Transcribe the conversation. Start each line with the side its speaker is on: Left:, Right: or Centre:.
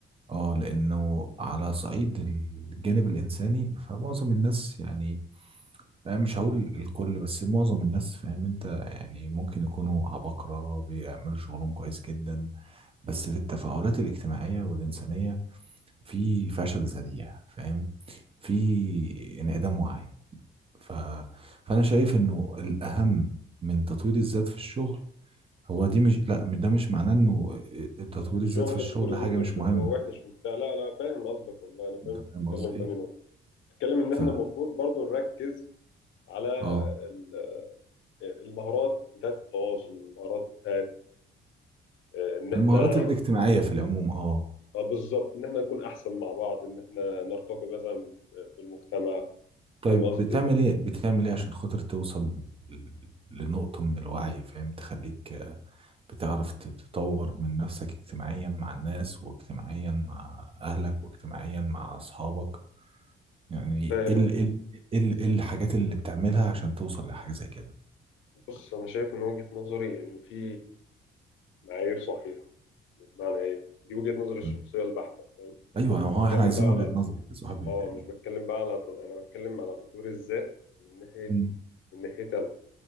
Right: اه لانه على صعيد الجانب الانساني فمعظم الناس يعني أنا مش هقول الكل بس معظم الناس فاهم انت يعني ممكن يكونوا عباقرة بيعملوا شغلهم كويس جدا بس في التفاعلات الاجتماعية والإنسانية في فشل ذريع فاهم في انعدام وعي ف... فانا شايف انه الاهم من تطوير الذات في الشغل هو دي مش لا ده مش معناه انه آه، آه، تطوير
Left: الشغل
Right: الذات في الشغل
Left: انت بتقول
Right: حاجه
Left: ذاته
Right: مش
Left: ش-
Right: مهم
Left: وحش وبتاع لا لا فاهم قصدك والله انا
Right: انت
Left: فاهم انت
Right: فاهم
Left: بتتكلم
Right: قصدي
Left: في
Right: ايه
Left: أنهي نقطه بتتكلم ان
Right: ف
Left: احنا المفروض برضو نركز على
Right: اه
Left: ال- المهارات بتاعت التواصل المهارات بتاعت آه، ان احنا
Right: المهارات الاجتماعيه في العموم اه
Left: آه، بالظبط ان احنا نكون احسن مع بعض ان احنا نرتقي مثلا بالمجتمع
Right: طيب
Left: فاهم قصدي
Right: بتعمل ايه بتعمل ايه عشان خاطر توصل لنقطه من الوعي فاهم تخليك بتعرف ت- تطور من نفسك اجتماعيا مع الناس واجتماعيا مع أهلك واجتماعيا مع أصحابك يعني
Left: فاهم
Right: ايه ال- ال- ال- ايه ال- إيه الحاجات اللي بتعملها عشان توصل لحاجة زي كده
Left: بص انا شايف من وجهة نظري ان في معايير صحيحة بمعنى ايه دي وجهة نظري الشخصية
Right: مم.
Left: البحتة فاهم
Right: ايوه هو
Left: بتكلم
Right: احنا عايزين
Left: بقى
Right: وجهة
Left: على
Right: نظرك يا صاحبي
Left: اه
Right: يعني
Left: مش بتكلم بقى على ت- انا بتكلم على تطوير الذات من ناحية
Right: مم.
Left: من ناحية انا